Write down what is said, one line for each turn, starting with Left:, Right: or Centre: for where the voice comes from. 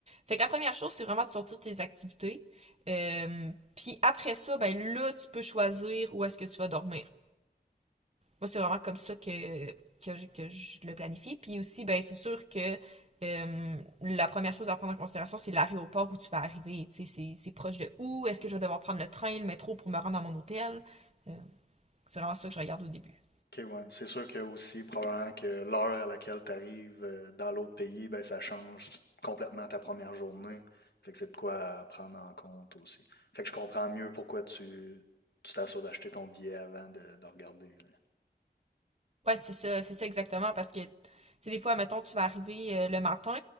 Right: Fait que la première chose, c'est vraiment de sortir tes activités. Euh, puis après ça, ben là, tu peux choisir où est-ce que tu vas dormir. Moi, c'est vraiment comme ça que, que, je, que je le planifie. Puis aussi, ben, c'est sûr que euh, la première chose à prendre en considération, c'est l'aéroport où tu vas arriver. Tu sais, c'est, c'est proche de où? Est-ce que je vais devoir prendre le train, le métro pour me rendre à mon hôtel? Euh, c'est vraiment ça que je regarde au début.
Left: OK, ouais. C'est sûr que aussi, probablement que l'heure à laquelle tu arrives dans l'autre pays, ben, ça change complètement ta première journée. Fait que c'est de quoi à prendre en compte aussi. Fait que je comprends mieux pourquoi tu tu t'assures d'acheter ton billet avant de, de regarder. là.
Right: Ouais, c'est ça, c'est ça exactement, parce que, tu sais, des fois, mettons, tu vas arriver euh, le matin,